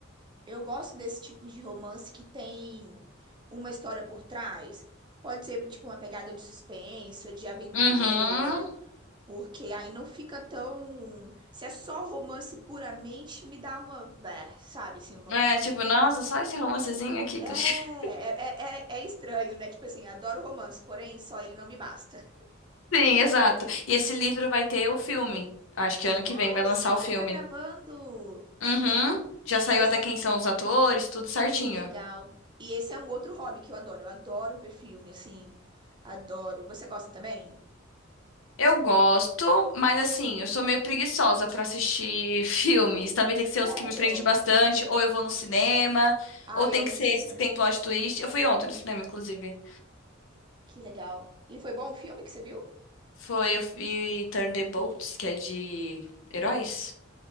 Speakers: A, on the right; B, on the left.
A: Eu gosto desse tipo de romance que tem uma história por trás. Pode ser tipo uma pegada de suspense ou de aventura,
B: Uhum.
A: porque aí não fica tão. Se é só romance puramente, me dá uma, é, sabe, assim, uma.
B: É, tipo, nossa, só esse romancezinho aqui,
A: É,
B: clichê.
A: é,
B: <laughs>
A: é, é estranho, né? Tipo assim, adoro romance, porém só ele não me basta.
B: Sim, exato. E esse livro vai ter o filme. Acho que ano que
A: Ai,
B: vem vai lançar
A: sério,
B: o filme.
A: tá gravando?
B: Uhum. Já saiu
A: Esse,
B: até quem são os atores, tudo certinho.
A: que legal. E esse é um outro hobby que eu adoro. Eu adoro ver filme, assim. Adoro. Você gosta também?
B: Eu gosto, mas assim, eu sou meio preguiçosa pra assistir <laughs> filmes. Também tem que ser
A: Sério?
B: os que me prendem bastante, ou eu vou no cinema,
A: Ai,
B: ou tem
A: eu amo
B: que
A: ir
B: ser
A: no cinema.
B: esses que tem plot twist. Eu fui ontem no cinema, inclusive.
A: Que legal. E foi bom o filme que você viu?
B: Foi, eu vi Thunderbolts, que é de heróis.